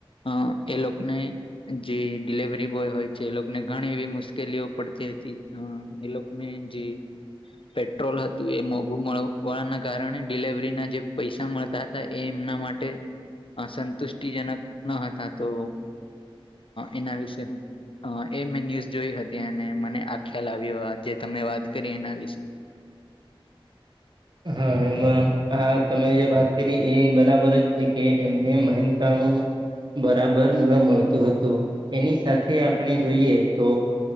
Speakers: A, on the left; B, on the right.
A: અ એ લોકોને જે ડડીલવરી બોય હોય છે એ લોકોને ઘણી એવી મુશ્કેલીઓ પડતી હતી એ લોકો જે પેટ્રોલ હતું એ મોઘુળાના કારણે ડિલવરીના જે પૈસા મળતા હતા એ એમના માટે. અ સંતુષ્ટિજનક ન હતા તો એના વિશે હું. અ એ મેં ન્યૂઝ જોઈ હતી અને મને આ ખ્યાલ આવ્યો જે તમે વાત કરી એના વિશે
B: હા એમાં આ તમે જે વાત કરી એ બરાબર જ છે કે એમને મહેનતા નું. બરાબર ન મળતું હતું એની સાથે આપણે જોઈએ તો